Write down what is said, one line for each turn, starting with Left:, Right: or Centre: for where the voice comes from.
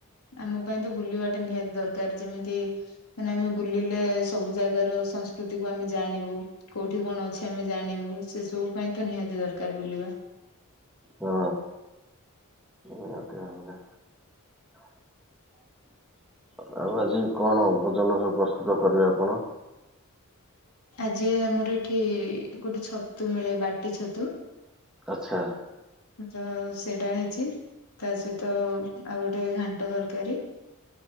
Left: ଆମ ପାଇଁ ତ ବୁଲିବାଟା ନିହାତି ଦରକାର ଯେମିତି ମାନେ ଆମେ ବୁଲିଲେ ସବୁ ଜାଗାର ସଂସ୍କୃତିକୁ ଆମେ ଜାଣିବୁ କୋଉଠି କଣ ଅଛି ଆମେ ଜାଣିବୁ ସେ ସବୁ ପାଇଁତ ନିହାତି ଦରକାର ବୁଲିବା।
Centre: ହଁ ନିହାତି ଭାବରେ। <inaudible> ଆଉ ଆଜି କଣ ଭୋଜନ ସବୁ ପ୍ରସ୍ତୁତ କରିବେ ଆପଣ?
Left: ଆଜି ଆମର ଏଠି ଗୋଟେ ଛତୁ ମିଳେ ବାଟି ଛତୁ
Centre: ଆଚ୍ଛା।
Left: ତ ସେଇଟା ହେଇଛି ତା ସହିତ ଆଉ ଗୋଟେ ଘାଣ୍ଟ ଦରକାରୀ।